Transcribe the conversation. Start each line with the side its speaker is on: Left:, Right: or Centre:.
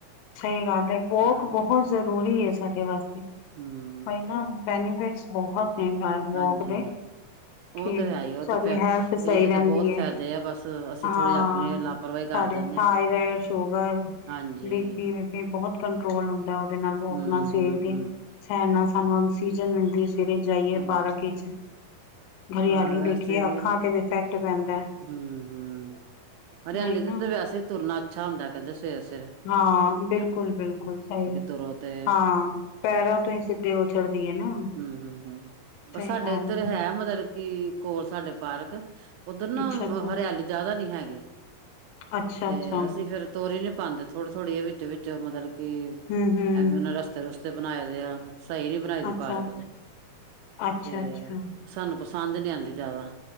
Left: ਸਹੀ ਗੱਲ ਏ, ਵੋਕ
Right: ਹਾਂ
Left: ਬੋਤ ਜ਼ਰੂਰੀ ਏ ਸਾਡੇ ਵਾਸਤੇ।
Right: ਹੂੰ।
Left: ਪਾਇਨਾ <unintelligible> ਬੈਨੀਫਿਟਸ ਬਹੁਤ ਨੇ ਰੇਬੋਕ
Right: ਹਾਂਜੀ
Left: ਦੇ।
Right: ਉਹ
Left: ਕੇ,
Right: ਤਾਂ ਹੈ ਹੀ ਉਹ ਤਾਂ
Left: ਸਾਡੀ
Right: ਫੇਰ
Left: ਹੈਲਥ
Right: ਇਹ
Left: ਸਹੀ
Right: ਚ
Left: ਰਹਿੰਦੀ
Right: ਤਾਂ ਬਹੁਤ ਫਾਇਦੇ
Left: ਐ,
Right: ਆ ਬਸ ਅਸੀਂ
Left: ਹਾਂ।
Right: ਥੋੜ੍ਹੀ ਆਪਣੀ ਲਾਪਰਵਾਹੀ ਕਰ
Left: ਸਾਡੇ
Right: ਜਾਂਦੇ
Left: ਥਾਇਰਿਡ
Right: ਹਾਂ
Left: ਸ਼ੂਗਰ।
Right: ਹਾਂਜੀ।
Left: ਬੀ, ਪੀ ਬਹੁਤ ਕੰਟਰੋਲ ਹੁੰਦੈ ਉਹਦੇ ਨਾਲ, ਵੋਕ
Right: ਹੂੰ-ਹੂੰ-ਹੂੰ
Left: ਨਾਲ, ਸਵੇਰ ਦੀ। ਸੈਰ ਨਾਲ ਸਾਨੂੰ ਆਕਸੀਜਨ ਮਿਲਦੀ ਏ, ਸਵੇਰੇ ਜਾਈਏ
Right: ਹਾਂਜੀ
Left: ਪਾਰਕ ਵਿਚ। ਹਰਿਆਲੀ
Right: ਹਾਂ ਵੈਸੇ
Left: ਦੇਖੀਏ, ਅੱਖਾਂ ਤੇ ਵੀ ਇਫੈਕਟ ਪੈਂਦੈ।
Right: ਹੂੰ-ਹੂੰ, ਹਰਿਆਲੀ
Left: ਨਹੀਂ ਨਾ
Right: ਤੇ, ਤੇ ਵੈਸੇ ਈ ਤੁਰਨਾ ਅੱਛਾ ਹੁੰਦੈ, ਕਹਿੰਦੇ ਸਵੇਰ-ਸਵੇਰੇ।
Left: ਹਾਂ, ਬਿਲਕੁਲ- ਬਿਲਕੁਲ ਸਹੀ
Right: ਤੁਰੋ ਤੇ
Left: ਹਾਂ। ਪੈਰਾਂ ਤੋਂ ਈ ਸਿੱਧੇ। ਚੜਦੀ ਏ ਨਾ।
Right: ਹੂੰ-ਹੂੰ-ਹੂੰ, ਪਰ
Left: ਸਹੀ
Right: ਸਾਡੇ
Left: ਗੱਲ
Right: ਏੱਧਰ ਹੈ, ਮਤਲਬ ਕਿ ਕੋਲ ਸਾਡੇ ਪਾਰਕ। ਓੱਧਰ ਨਾ
Left: ਅੱਛਾ ਅੱਛਾ
Right: ਹਰਿਆਲੀ ਜਾਦਾ ਨੀ ਹੈਗੀ,
Left: ਅੱਛਾ
Right: ਤੇ
Left: ਅੱਛਾ
Right: ਅਸੀਂ ਫਿਰ ਤੋਰੀ ਨੀ ਪਾਂਦੇ, ਥੋੜੀ-ਥੋੜ੍ਹੀ ਏਅ ਵਿੱਚੋ- ਵਿੱਚ ਮਤਲਬ ਕਿ
Left: ਹਮ ਹਮ
Right: ਐਵੇਂ ਨਾ ਰਸ ਰਸਤੇ-ਰੁਸਤੇ ਬਨਾਏ ਦੇ ਆ, ਸਹੀ ਨੀ ਬਨਾਈ ਦੀ
Left: ਅੱਛਾ
Right: ਪਾਰਕ
Left: ਅੱਛਾ
Right: ਜੀ,
Left: ਅੱਛਾ
Right: ਤੇ।
Left: ਅੱਛਾ
Right: ਸਾਨੂੰ ਪਸੰਦ ਨੀ ਆਂਦੀ ਜਾਦਾ,